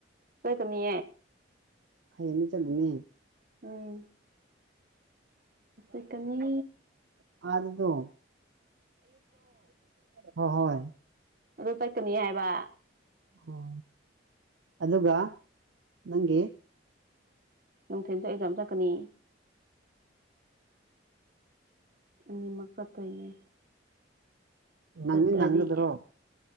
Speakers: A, on the right; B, on the right.
A: ꯀꯣꯏꯀꯅꯤ
B: ꯅꯤ ꯆꯂꯅꯤ
A: ꯎꯝ ꯎꯀꯅꯤ
B: ꯑꯗꯗꯣ ꯍꯣꯏ
A: ꯑꯗꯨ ꯆꯠꯀꯅꯤ ꯍꯥꯏꯕ
B: ꯑꯣ ꯑꯗꯨꯒ ꯅꯪꯒꯤ
A: ꯅꯨꯡꯊꯤꯟ ꯆ ꯑꯦꯖꯥꯝ ꯆꯠꯀꯅꯤ ꯑꯃꯛ ꯀꯇꯣꯏꯅꯦ
B: ꯅꯪꯗꯤ
A: ꯁꯇ꯭ꯔꯥꯗꯤ
B: ꯅꯪꯒꯗ꯭ꯔꯣ